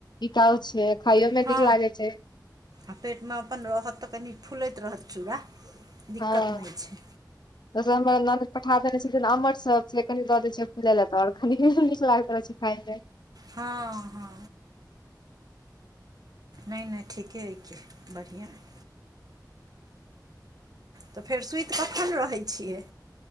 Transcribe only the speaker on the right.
हँ
आ पेट मे अपन रहत तऽ कनि फुलैत रहत चूड़ा। दिक्कत
नहि छै
हँ हँ। नै नै ठीके अइ कि बढ़ियां अइ। तऽ फेर सुइत कखन रहै छियै?